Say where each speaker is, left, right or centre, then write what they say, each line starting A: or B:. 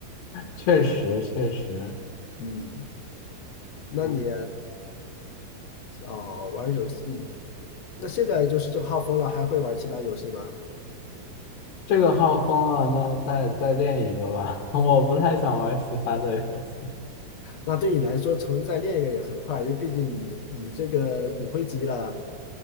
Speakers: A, on the left; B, on the left.
A: 确实确实，
B: 嗯，那你
A: 嗯，
B: 哦玩游戏，那现在就是这个号封了，还会玩其他游戏吗？
A: 这个号封了，那再再练一个吧。<laughs> 我不太想玩其他的游戏，
B: 那对你来说，重新再练一个也很快，因为毕竟你你这个骨灰级了，